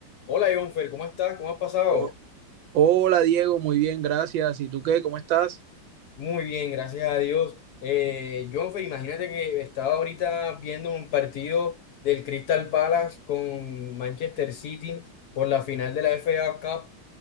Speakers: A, on the left; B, on the right.
A: Hola, Jonfer, ¿cómo estás? ¿Cómo has pasado?
B: Ho- Hola Diego, muy bien, gracias. ¿Y tú qué? ¿Cómo estás?
A: Muy bien, gracias a Dios. Eh, Jonfer, imagínate que estaba ahorita viendo un partido del Crystal Palace con Manchester City por la final de la FA Cup